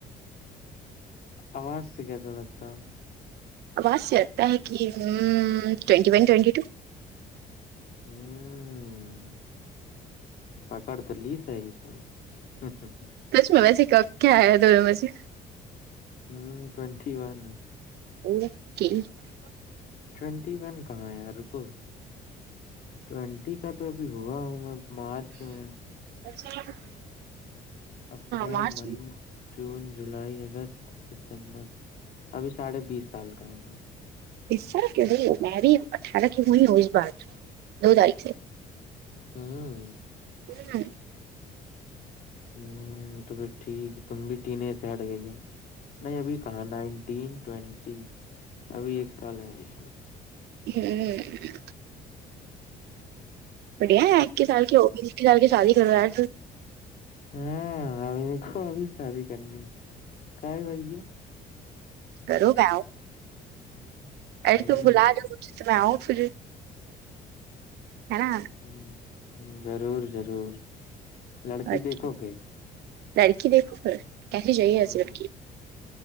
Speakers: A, on the left; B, on the right.
A: آواز سے کیسا لگتا ہے
B: وستا ہے کہ ٹوینٹی ون ٹوینٹی ٹو
A: ہوں پکڑ تو لیس آئی گ تم ہچ ہچ
B: سچ میں ویسے کیا آیا تو مجھے
A: ہوں ٹوینٹی ون ہے
B: وہ کہ <unintelligible>
A: ٹوینٹی ون کہاں یار کو ٹونٹی کا تو ابھی ہوا ہوں میں مارچ میں
B: اچھا <unintelligible> <unintelligible>
A: اپریل
B: مارچ
A: مئی جون جولائی اگست ستمبر ابھی ساڑھے بیس سال کا ہوگا
B: اس طر میں بھی اٹھارہ کی ہوئی رو اس بار دو تاریخ سے
A: ہوں
B: ہوں
A: ہ تو پھر ٹھیک تم بھی ٹیین ایج سے ہٹ گئی ہو نہیں ابھی کہان ہی ین ٹوینٹی ابھی ایک سال ہے ابھی اس میں
B: ہوں <unintelligible> بڑھیا ہے ایکی سال کی ہوی سال کی شادی کرواے
A: ہاں ہمھی دو ابھی شادی کرنی کاائے بائی ہے
B: کرو گ ہ
A: ہوں
B: ارے ت بلا
A: ہوں،
B: ج س میں آؤ پھر ہے نا
A: ہ ہ ضرور ضرور لڑکی
B: اچا
A: دیکھو پھر
B: لڑکی دیکھو کہس چاہے ایسی
A: ہوں
B: لڑکی